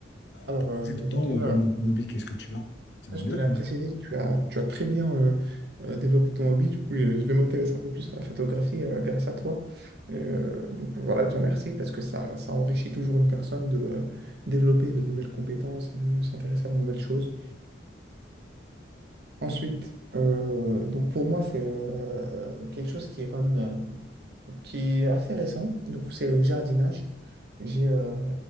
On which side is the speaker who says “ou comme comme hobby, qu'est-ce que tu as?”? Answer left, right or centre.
Left